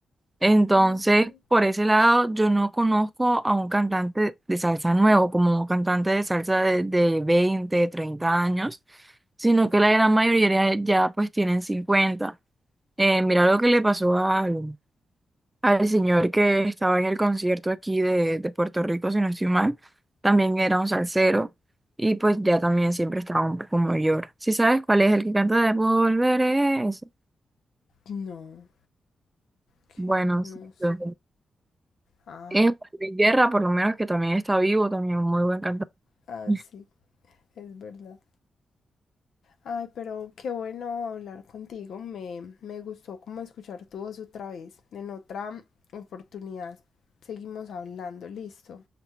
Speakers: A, on the right; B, on the left.
A: Entonces,
B: Mm.
A: por ese lado, yo no conozco a un cantante de salsa nuevo, como un cantante de salsa de, de 20, 30 años, sino que la gran mayoría ya pues tienen 50. Eh, mira lo que le pasó al, al señor que estaba en el concierto aquí de, de Puerto Rico, si no estoy mal, también era un salsero y pues ya también siempre estaba un poco mayor. Si sabes cuál es el que canta de Volveré? Ese.
B: No, que
A: Bueno,
B: no
A: sí,
B: sé.
A: yo-
B: Ay,
A: Es Juan Luis Guerra, por lo menos que también está vivo, también un muy buen cantante.
B: ah,
A: <laughs>
B: sí, es verdad. Ay, pero qué bueno hablar contigo. Me, me gustó como escuchar tu voz otra vez. En otra oportunidad seguimos hablando, listo.